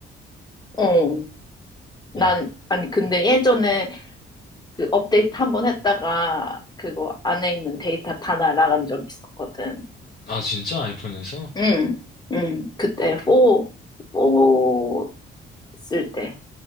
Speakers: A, on the left; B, on the left.
A: 어. 난,
B: 음.
A: 아니, 근데 예전에 그 업데이트 한 번 했다가 그거 안에 있는 데이터 다 날아간 적 있었거든.
B: 아, 진짜 아이폰에서?
A: 응, 응. 그때 4, 4 쓸 때.